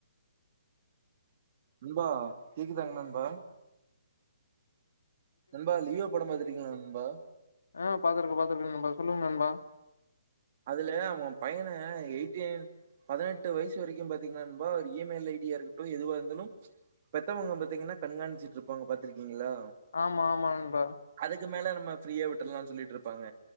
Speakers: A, on the right; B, on the left.
A: நண்பா கேக்குதாங் நண்பா நண்பா லியோ படோ பாத்திருக்கீங்களா நண்பா
B: ஆ பாத்துருக்க பாத்துருக்கே நண்பா சொல்லுங்க நண்பா
A: அதுல அவோ பையன எயிட்டீன் பதினெட்டு வயசு வரைக்கு பாத்தீங்கன்னா நண்பா ஒரு இ மெயில் ஐ டி யா இருக்கட்டு எதுவா இருந்தாலு பெத்தவுங்க பாத்தீங்கன்னா கண்காணிச்சிட்ருப்பாங்க பாத்துருக்கீங்களா
B: ஆமா ஆமா நண்பா
A: அதுக்கு மேல நம்ம ஃப்ரீயா விட்ரலான்னு சொல்லிட்ருப்பாங்க